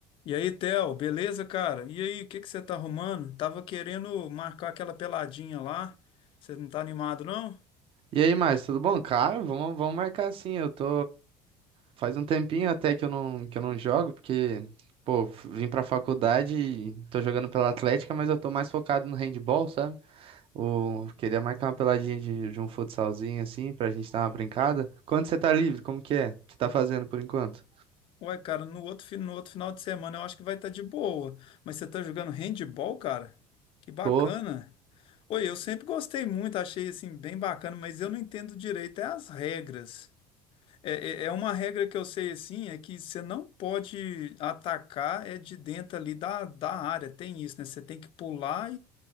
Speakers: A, on the left; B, on the right.
A: E aí, Theo, beleza, cara? E aí, o que que você tá arrumando? Tava querendo marcar aquela peladinha lá. Você não tá animado, não?
B: E aí, mais, tudo bom? Cara, vamos, vamos marcar sim. Eu tô. Faz um tempinho até que eu não, que eu não jogo, porque, pô, f- vim pra faculdade e tô jogando pela Atlética, mas eu tô mais focado no handball, sabe? O... Queria marcar uma peladinha de, de um futsalzinho assim, pra gente dar uma brincada. Quando você tá livre, como que é? O que tá fazendo por enquanto?
A: Ué, cara, no outro, fi- no outro final de semana eu acho que vai estar de boa. Mas você tá jogando handball, cara? Que bacana.
B: Tô.
A: Oi, eu sempre gostei muito, achei assim bem bacana, mas eu não entendo direito é as regras. É, é é uma regra que eu sei assim, é que você não pode atacar é de dentro ali da, da área, tem isso, né? Você tem que pular